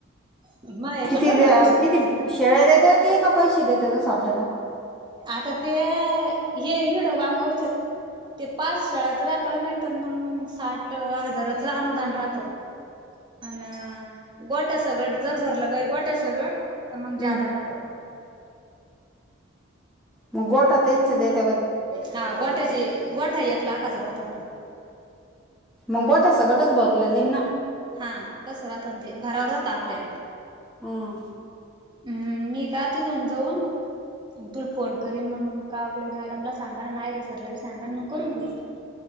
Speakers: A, on the right; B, in the centre.
A: मग याच्यात
B: किती दे
A: वहिले
B: अ
A: सोड
B: किती शेळ्या देत्याती का पैसे देत्यात तसं आपल्याला.
A: आता ते हे ईड वांगा उचेलं ते पाच शेळ्याचं राहत नायतर मगं साठ हजाराचं अनुदान राहतं. हा ना गोट्या सगट जर भरलं गई गोट्या सगट तर मगं
B: हम्म.
A: जादा राहतं.
B: म गोठात त्यांच देतं
A: हा गोठ्याची गोठा एक लाखाचा राहतो ना
B: मगं गोटा सकटच भरलं जाईन ना
A: हा तसं राहतं न ते भरावर राहातं आपल्या
B: हां
A: हम्म मी का तिथून जऊन मंग तुला फोन करीन मगं काबले मॅडमला सांगन अनं आयरे सरला बी सांगन मग करून घेऊ.